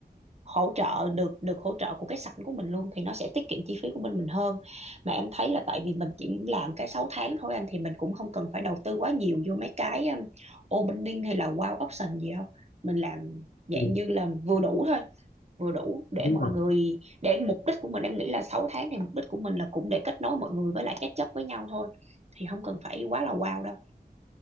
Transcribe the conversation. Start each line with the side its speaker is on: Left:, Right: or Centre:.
Right: hỗ trợ được được hỗ trợ của cái sảnh của mình luôn thì nó sẽ tiết kiệm chi phí của bên mình hơn mà em thấy là tại vì mình chỉ làm cái 6 tháng thôi anh thì mình cũng không cần phải đầu tư quá nhiều vô mấy cái um, opening hay là wow option gì đâu mình làm dạng
Left: ừ,
Right: như là vừa đủ thôi vừa đủ để
Left: đúng
Right: mọi
Left: rồi
Right: người để mục đích của mình em nghĩ là 6 tháng thì mục đích của mình là cũng để kết nối mọi người với lại catch up với nhau thôi thì không cần phải quá là wow đâu